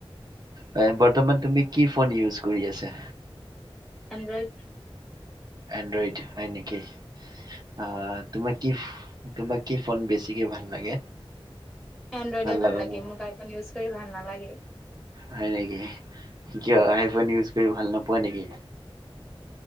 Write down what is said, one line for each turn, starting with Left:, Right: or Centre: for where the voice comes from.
Right: নাই বৰ্তমান তুমি কি ফোন ইউজ কৰি আছা?
Centre: এনড্ৰইড।
Right: এণ্ড্ৰইড হয় নেকি, আহ তোমাক কি তোমাক কি ফোন বেছিকে ভাল লাগে?
Centre: এনড্ৰইডে ভাল
Right: লগা
Centre: লাগে,
Right: মোবাইল
Centre: মোক আই ফোন ইউজ কৰি ভাল নালাগে।
Right: হয় নেকি? কিয়
Centre: উ
Right: আইফোন ইউজ কৰি ভাল নোপোৱা নেকি?